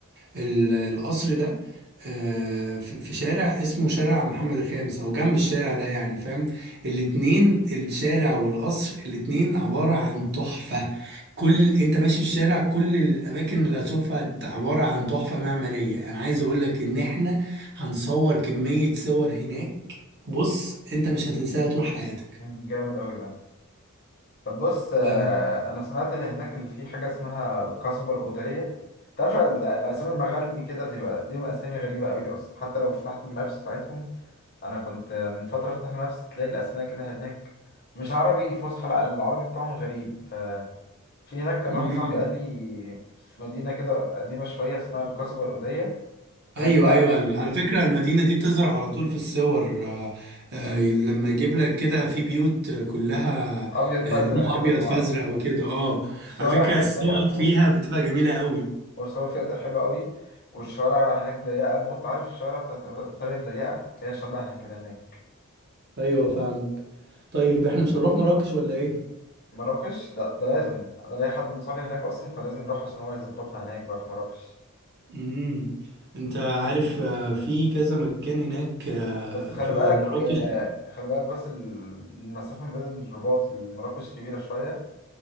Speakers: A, on the right; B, on the left.
A: ال- القصر ده آه، في في شارع اسمه شارع محمد الخامس او جنب الشارع ده يعني فاهم الاتنين الشارع والقصر الاتنين عبارة عن تحفة كل انت ماشي في الشارع كل الاماكن اللي هتشوفها عبارة عن تحفة معمارية انا عايز اقولك ان احنا هنصور كمية صور هناك بص انت مش هتنساها طول حياتك
B: مم، جامد قوي ده طب بص آه،
A: آه،
B: انا سمعت اللي هناك اللي فيه حاجه اسمها القصبه الاوديه تعرف ال- الاسامي المغاربي كده بتبقى ليهم اسامي غريبه قوي اصلا حتى لو فتحت المابس بتاعتهم انا كنت آه، من فتره فتح المابس تلاقي الاسماء كده هناك مش عربي فصحى لا العربي بتاعهم غريب ففي هناك كان
A: قول
B: واحد صاحبي قال لي في مدينه كده قديمه شويه اسمها القصبه الاوديه هناك
A: ايوه
B: بقى
A: ايوه ال- على فكره المدينه دي بتظهر على طول في الصور آه، آه، لما يجيب لك كده في بيوت آه، كلها
B: ابيض
A: آه،
B: فازرق
A: لونها
B: كده
A: ابيض
B: في بعض
A: فازرق
B: فاهمني
A: وكده اه
B: والشوارع
A: على فكره
B: هناك
A: الصور
B: ضيقه موت
A: فيها بتبقى جميله قوي
B: وصوفيا ده حلو قوي والشوارع هناك ضيقة موت عارف الشوارع بتاعت إيطاليا الضيقة هي شبهها كده هناك
A: ايوه فاهمك طيب احنا مش هنروح مراكش ولا ايه
B: مراكش ده ده لازم أنا ليا حد من صحابي هناك أصلا فلازم نروح عشان هو يظبطنا هناك بقى في مراكش
A: امم انت عارف آه، في كذا مكان هناك آه،
B: بس خلي
A: في
B: بالك
A: مراكش
B: آه، خلي بالك بس ال- المسافة ما بين الرباط لمراكش كبيرة شوية